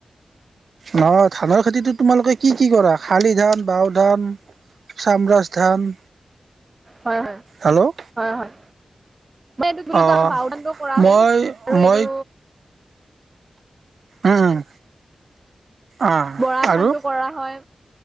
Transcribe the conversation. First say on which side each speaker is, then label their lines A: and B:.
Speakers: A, on the right (about 70°); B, on the right (about 25°).
A: নহয় ধানৰ খেতিতো তোমালোকে কি কি কৰা? শালি ধান বাও ধান। চাম ৰাজ ধান।
B: হয় হয়,
A: হেল্ল'
B: হয় হয়। এইটো ধলো
A: অ
B: বাাওঁধানটো কৰা
A: মই
B: হয় আৰু
A: মই
B: এইটো।
A: উম, আহ,
B: বৰা
A: আৰু।
B: ধানটো কৰা হয়